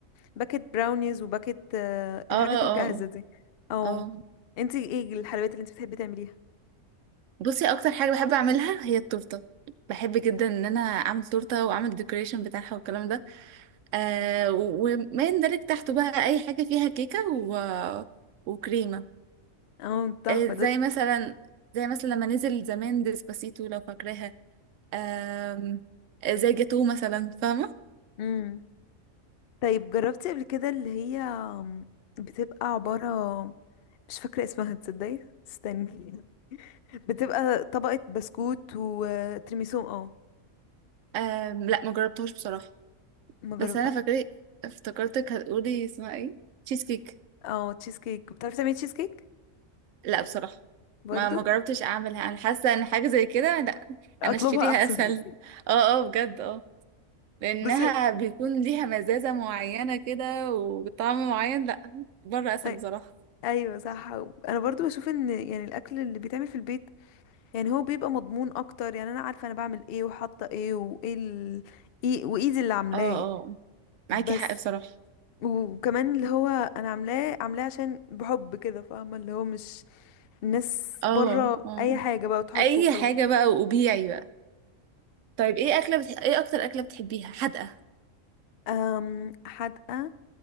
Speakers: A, on the left; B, on the right.
A: باكت براونيز وباكت آه،
B: اه
A: الحاجات
B: اه
A: الجاهزه
B: آه.
A: دي اه
B: اه
A: انتي ايه الحلويات اللي انتي بتحبي تعمليها
B: بصي اكتر حاجه بحب اعملها هي التورته بحب جدا ان انا اعمل تورته واعمل ديكوريشن بتاعها والكلام ده آه و- وما يندرج تحته بقى اي حاجه فيها كيكه و... وكريمه
A: اه تحفه
B: آه زي
A: ده
B: مثلا زي مثلا لما نزل زمان ديسباسيتو لو فاكراها آم، آه زي جاتو مثلا فاهمه
A: امم طيب جربتي قبل كده اللي هي بتبقى عباره مش فاكره اسمها تصدقي استني بتبقى طبقة بسكوت وترميسو اه
B: آم، لا ما جربتهاش بصراحه
A: ما جرب
B: بس انا فاكره افتكرتك هتقولي اسمها ايه تشيز كيك
A: اه تشيز كيك بتعرفي تعملي تشيز كيك
B: لا بصراحة
A: برضو
B: ما ما جربتش اعملها انا حاسة ان حاجة زي كده لا
A: <laughs> اطلبها
B: انا اشتريها
A: احسن
B: اسهل اه اه بجد اه لانها
A: <laughs> بصي
B: بيكون ليها مزازة معينة كده وطعم معين لا بره اسهل
A: أي-
B: بصراحة
A: ايوه صح انا برضو بشوف ان يعني الاكل اللي بيتعمل في البيت يعني هو بيبقى مضمون اكتر يعني انا عارفه انا بعمل ايه وحاطه ايه وايه ال... إيه وايدي اللي عاملاه
B: اه اه
A: بس
B: معاكي حق بصراحة
A: وكمان اللي هو انا عاملاه عاملاه عشان بحب كده فاهمه اللي هو مش الناس
B: اه
A: بره
B: اه
A: اي حاجه بقى تحطه
B: اي
A: وخلاص
B: حاجة بقى وبيعي بقى طيب ايه اكلة بتح... ايه اكتر اكلة بتحبيها حادقة
A: أم حدقة